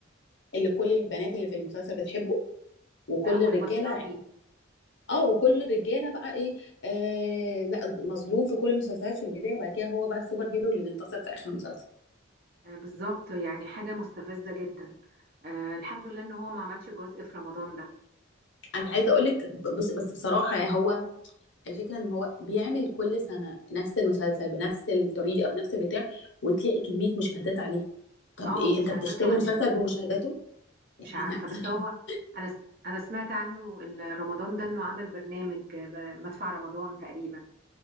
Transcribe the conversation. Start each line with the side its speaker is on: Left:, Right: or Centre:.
Left: اللي كل البنات اللي في المسلسل بتحبه وكل
Right: لا والبلطجي
Left: الرجاله عن- اه وكل الرجاله بقى ايه آه لا مظلوم في كل المسلسلات في البدايه وبعد كده هو بقى السوبر هيرو اللي بينتصر في اخر المسلسل
Right: آه، بالظبط يعني حاجة مستفزة جدا آه الحمد لله ان هو ما عملش جزء في رمضان ده
Left: انا عايزه اقول لك بس بس بصراحه يعني هو الفكره ان هو بيعمل كل سنه نفس المسلسل بنفس الطريقه بنفس البتاع وتلاقي كميه مشاهدات عليه طب
Right: اه
Left: ايه
Right: مشاهداته
Left: انت بتشتري
Right: عليه
Left: المسلسل بمشاهداته يعني
Right: مش عارفة بس هو
Left: <laughs>
Right: انا س- انا سمعت عنه ال- رمضان ده انه عمل برنامج آه، ب- مدفع رمضان تقريبا